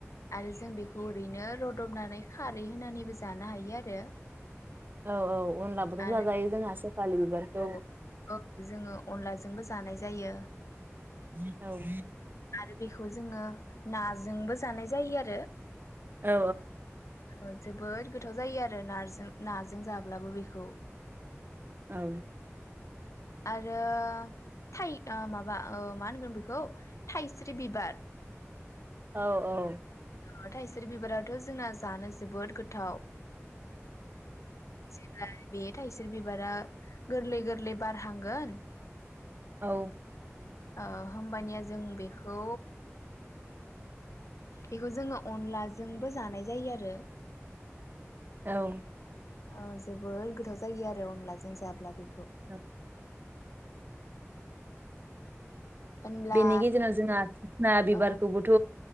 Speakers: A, on the left; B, on the right.
A: आरो जों बेखौ ओरैनो रदबनानै खारै होनानैबो जानो हायो आरो।
B: औ औ अनब्लाबोथ'
A: आरो
B: जाजायो जोंहासो सेफालि बिबारखौ
A: औ औ जोङो अनलाजोंबो जानाय जायो।
B: <unintelligible>
A: आरो बेखौ जोङो नाजोंबो जानाय जायो आरो।
B: औ
A: ओ जोबोद गोथाव जायो आरो नारजो नाजों जाब्लाबो बेखौ।
B: औ
A: आरो थाय ओ माबा ओ मा होनगोन बेखौ थाइस्रि बिबार
B: औ औ
A: ओ थायस्रि बिबाराथ' जोंना जानो जोबोद गोथाव <unintelligible> बे थायस्रि बिबारा गोरलै गोरलै बारहांगोन
B: औ
A: ओ होमबानिया जों बेखौ बेखौ जोङो अनलाजोंबो जानाय जायो आरो
B: औ
A: औ जोबोर गोथाव जायो आरो अनलाजों जाब्ला बे
B: <unintelligible>
A: होनब्ला
B: बेनि गेजेराव जोंहा <unintelligible> बिबारखौबोथ'
A: ओ